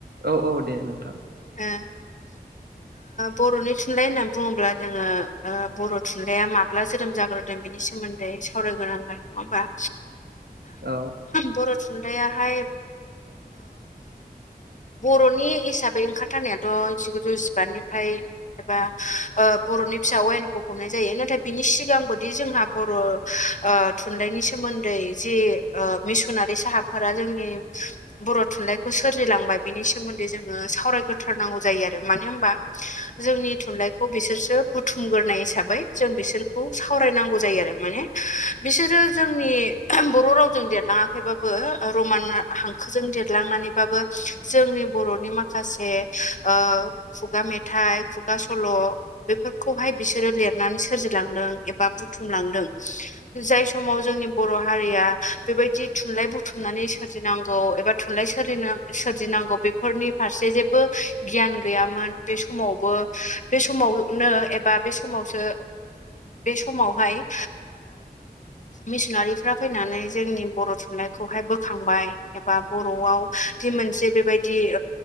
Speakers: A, on the right (about 80°); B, on the left (about 50°).
A: औ औ दे नोंथां।
B: ओ बर'नि थुनलाइ होननानै बुङोब्ला जोङो बर' थुनलाइया माब्ला जोनोम जाग्रा बेनि सोमोन्दै सावरायग्रोनांगोन नङा होमबा।
A: औ
B: बर' थुनलाइयाहाय बर'नि हिसाबै ओंखारथारनायाथ' जिगुजौ जिबानिफ्राय एबा बर'नि फिसा अवेनखौ हमनाय जायो नाथाय बिनि सिगांबोदि जोंहा बर' थुनलाइनि सोमोन्दै जि मिसनारि साहाफोरा जोंनि - बर' थुनलाइखौ सोरजिलांबाय बिनि सोमोन्दै जोङो सावरायग्रथारनांगौ जायो आरो मानो होनबा जोंनि थुनलाइखौ बिसोरसो बुथुमग्रोनाय हिसाबै जों बिसोरखौ सावरायनांगौ जायो आरो माने बिसोरो जोंनि बर' रावजों देरलाङाखैबाबो रमान हांखोजों देरलांनानैबाबो जोंनि बर'नि माखासे खुगा मेथाइ खुगा सल' बेफोरखौहाय बिसोरो लिरनानै सोरजिलांदों एबा बुथुमलांदों जाय समाव जोंनि बर' हारिया बेबायदि थुनलाइ बुथुमनानै सोरजिनांगौ एबा थुनलाय सोरजिनो सो बुजिनांगौ बेफोरनि फारसे जेबो गियान गैयामोन बे समावबो बे समावनो एबा बे समावसो बे समावहाय मिसनारिफ्रा फैनानै जोंनि बर' थुनलाइखौहाय बोखांबाय। एबा बर'आव जि मोनसे बेबायदि